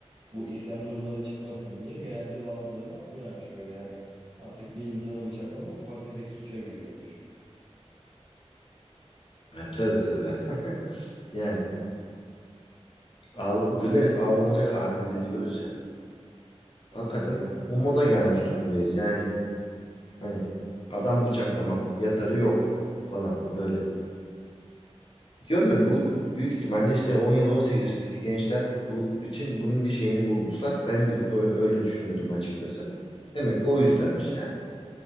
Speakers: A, on the right (about 55°); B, on the left (about 50°).
A: Bu isyan durumları çıkmasın diye genelde bazılarını atmıyorlarmış böyle hani artık bir insanı bıçaklamak ufak tefek suça giriyormuş.
B: Ya, tövbe tövbe. <laughs> Yani ağl- güleriz ağlanacak halimizi diyoruz ya. Hakikaten
A: Aynen öyle bir
B: o moda
A: durumdayız.
B: gelmiş durumdayız. Yani hani adam bıçaklamak yatarı yok falan böyle. Diyorum ya bu büyük ihtimalle işte on yedi on sekiz yaşındaki gençler bu için bunun bir şeyini bulmuşlar. Ben de öyle, öyle düşünüyordum açıkçası. Demek ki o yüzdenmiş yani.